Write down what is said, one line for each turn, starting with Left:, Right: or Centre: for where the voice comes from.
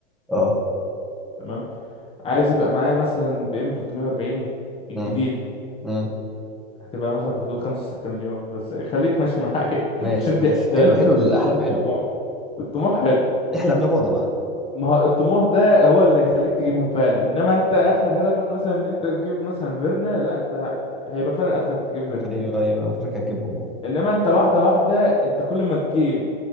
Centre: اه
Left: تمام عايز يبقى معايا مثلا بي ام 340 الجديده
Centre: امم امم
Left: هتبقى مثلا في حدود 5 6 مليون بس خليك ماشي معايا
Centre: ماشي
Left: <laughs> عشان
Centre: ماشي
Left: دي
Centre: حلو
Left: اهداف
Centre: حلو
Left: <laughs>
Centre: الاحلام حلوه
Left: طموح الطموح حلو
Centre: احلم يابا انا معاك
Left: ما هو الطموح ده هو اللي هيخليك تجيبهم فعلا انما انت اخر هدفك مثلا ان انت تجيب مثلا فيرنا لا انت ه- هيبقى فعلا اخرك تجيب فيرنا
Centre: ايوه ايوه اخرك هتجيبهم اه
Left: انما انت واحده واحده انت كل ما تجيب